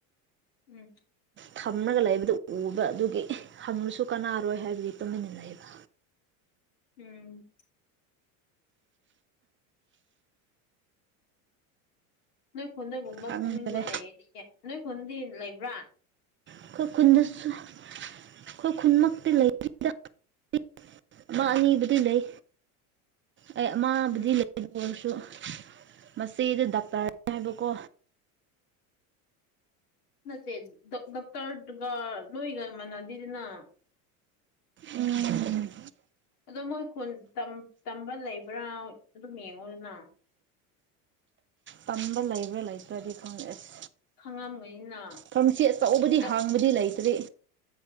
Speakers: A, on the left; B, on the right.
A: ꯎꯝ
B: ꯊꯝꯂꯒ ꯂꯩꯕꯗꯨ ꯎꯕ ꯑꯗꯨꯒꯤ ꯍꯪꯂꯁꯨ ꯀꯥꯟꯅꯔꯣꯏ ꯍꯥꯏꯕꯒꯤ ꯇꯨꯃꯤꯟꯅ ꯂꯩꯕ
A: ꯎꯝ ꯅꯣꯏ ꯈꯨꯟꯗꯒꯨꯝꯕ
B: ꯈꯪꯗ꯭ꯔꯦ
A: ꯐꯝꯅꯤꯡꯕ ꯂꯩꯔꯗꯤꯀꯦ ꯅꯣꯏ ꯈꯨꯟꯗꯤ ꯂꯩꯕ꯭ꯔꯥ
B: ꯑꯩꯈꯣꯏ ꯈꯨꯟꯗꯁꯨ ꯑꯩꯈꯣꯏ ꯈꯨꯟꯃꯛꯇꯤ <unintelligible> ꯑꯃ ꯑꯅꯤꯕꯨꯗꯤ ꯂꯩ ꯑꯩ ꯑꯃꯕꯨꯗꯤ
A: ꯎꯝ
B: ꯂꯩ ꯑꯗꯨ ꯑꯣꯏꯔꯁꯨ ꯃꯆꯦꯗꯣ ꯗꯥꯛꯇꯔꯅꯤ ꯍꯥꯏꯕꯀꯣ
A: ꯅꯠꯇꯦ ꯗꯣꯛ ꯗꯣꯛꯇꯔꯗꯨꯒ ꯅꯣꯏꯒ ꯃꯥꯟꯅꯗꯦꯗꯅ
B: ꯎꯝ
A: ꯑꯗꯣ ꯃꯣꯏ ꯈꯨꯟ ꯇꯝ ꯇꯝꯕ ꯂꯩꯕ꯭ꯔꯥ ꯑꯗꯨꯝ ꯌꯦꯡꯉꯣꯗꯅ
B: ꯇꯝꯕ ꯂꯩꯕ꯭ꯔꯥ ꯂꯩꯇ꯭ꯔꯗꯤ ꯈꯪꯗꯦ ꯑꯁ
A: ꯈꯪꯉꯝꯒꯅꯤꯅ
B: ꯐꯥꯔꯃꯁꯤ ꯑꯆꯧꯕꯗꯤ
A: ꯗ
B: ꯍꯥꯡ ꯕꯗꯤ ꯂꯩꯇ꯭ꯔꯤ